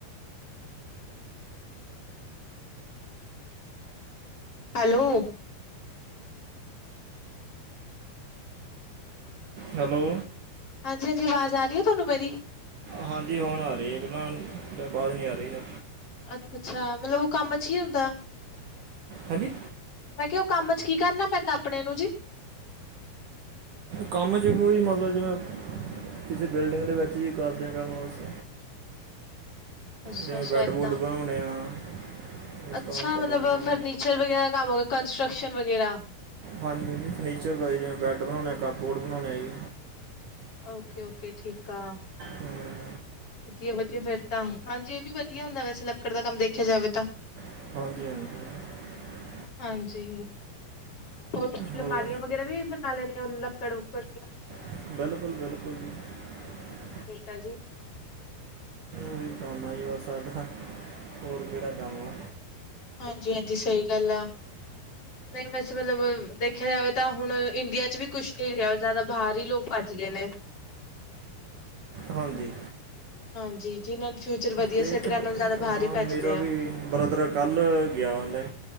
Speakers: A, on the left; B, on the right.
A: ਹੈਲੋ
B: ਹੈਲੋ
A: ਹਾਂਜੀ ਹਾਂਜੀ ਆਵਾਜ਼ ਆ ਰਹੀ ਹੈ ਤੁਹਾਨੂੰ ਮੇਰੀ
B: ਹਾਂਜੀ ਹੁਣ ਆ ਰਹੀ ਹੈ ਪਹਿਲਾਂ ਬਾਅਦ ਨੀ ਆ ਰਹੀ ਆ
A: ਅੱਛਾ ਅੱਛਾ ਮਤਲਬ ਉਹ ਕੰਮ ਅਛੀ ਹੁੰਦਾ
B: ਹੰਜੀ
A: ਮੈਂ ਕਿਹਾ ਉਹ ਕੰਮ ਚ ਕੀ ਕਰਨਾ ਪੈਂਦਾ ਆਪਣੇ ਨੂੰ ਜੀ
B: ਕੰਮ 'ਚ ਵੀ ਮਤਲਬ ਜਿਵੇਂ ਕਿਸੇ ਬਿਲਡਿੰਗ ਦੇ ਵਿੱਚ ਹੀ ਕਰਦੇ ਹਾਂ ਕੰਮ ਉਸ
A: ਅੱਛਾ
B: ਜਿਵੇਂ
A: ਅੱਛਾ
B: ਬੈੱਡ
A: ਏਦਾਂ
B: ਬੁੱਡ ਬਣਾਉਣੇ ਆ ਇਸ
A: ਅੱਛਾ
B: ਤਰ੍ਹਾਂ ਚੱਲ
A: ਮਤਲਬ
B: ਜਾਂਦਾ
A: ਫਰਨੀਚਰ ਵਗੈਰਾ ਕੰਮ ਹੋਗਾ ਕੰਸਟਟਰਕਸ਼ਨ ਵਗੈਰਾ
B: ਹਾਂਜੀ ਫਰਨੀਚਰ ਦਾ ਜ ਜਿਵੇਂ ਬੈੱਡ ਬਣਾਉਣੇ ਕੱਪ ਬੋਰਡ ਬਣਾਉਣੇ ਜੀ
A: ਓਕੇ ਓਕੇ ਠੀਕ ਆ
B: ਹਮ,
A: ਵਧੀਆ ਵਧੀਆ ਫੇਰ ਤਾਂ ਹਾਂਜੀ ਇਹ ਵੀ ਵਧੀਆ ਹੁੰਦਾ ਵੈਸੇ ਲੱਕੜ ਦਾ ਕੰਮ ਦੇਖਿਆ ਜਾਵੇ ਤਾਂ
B: <unintelligible>
A: ਹਾਂਜੀ ਹੋਰ ਅਲਮਾਰੀਆਂ
B: ਹੋ
A: ਵਗੈਰਾ ਵੀ ਬਣਾ ਲੈਣੇ ਲੱਕੜ ਲੁਕੜ ਦੀ
B: <unintelligible>
A: ਹਾਂਜੀ
B: ਉਹੀ ਕੰਮ ਆ ਜੀ ਵਾ ਸਾਡਾ ਹੋਰ ਕਿਹੜਾ ਕੰਮ ਆ
A: ਹਾਂਜੀ ਹਾਂਜੀ ਸਹੀ ਗੱਲ ਆ ਨਹੀਂ ਵੈਸੇ ਮਤਲਬ ਦੇਖਿਆ ਜਾਵੇ ਤਾਂ ਹੁਣ ਇੰਡੀਆ ਚ ਵੀ ਕੁਛ ਨੀ ਰਿਹਾ ਜ਼ਿਆਦਾ ਬਾਹਰ ਹੀ ਲੋਕ <unintelligible>
B: ਹਾਂਜੀ
A: ਹਾਂਜੀ ਜਿਨਾਂ ਫਿਊਚਰ ਵਧੀਆ
B: ਤੇ
A: ਸੈੱਟ
B: ਇੱਕ
A: ਕਰਨਾ
B: ਅ
A: ਜ਼ਿਆਦਾ ਬਾਹਰ ਹੀ ਭੱਜਦੇ
B: ਮੇਰਾ
A: ਆ।
B: ਵੀ ਬ੍ਰਦਰ ਕੱਲ੍ਹ ਗਿਆ ਮੈਂ